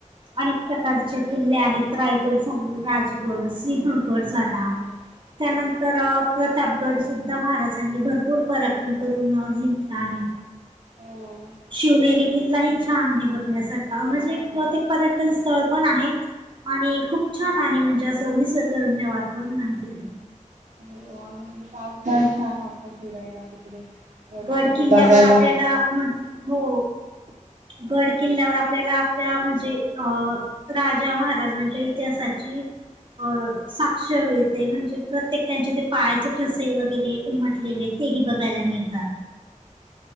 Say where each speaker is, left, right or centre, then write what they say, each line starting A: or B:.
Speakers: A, on the right; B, on the right.
A: अनेक प्रकारचे किल्ले आहेत, रायगड झाले राजगड सि गड झाला,
B: पण हो
A: त्यानंतर प्रतापगड सुद्धा महाराज त्यांनी भरपूर पराक्रम करून नाव जिंकला आहे.
B: हो
A: शिवनेरी किल्लाही छान आहे बघण्यासारखा, म्हणजे
B: छान आहे
A: ते पर्यटन स्थळ पण आहे आणि खूप छान आहे म्हणजे असं निसर्गरम्य वातावरण आहे तिकडे
B: हो आणि म्हणजे पाऊसाळ्यात छान वाटतं फिरायला तिकडे
A: गड
B: किल्ले
A: किल्ल्यावर
B: बघायला
A: आपल्याला म्ह हो गड किल्ल्यावर आपल्याला आपल्या म्हणजे अ राजा महाराजांच्या इतिहासाची अ साक्ष मिळते म्हणजे प्रत्येक त्यांचे ते पायाचे ठसे वगैरे उमटलेले तेही बघायला मिळतात.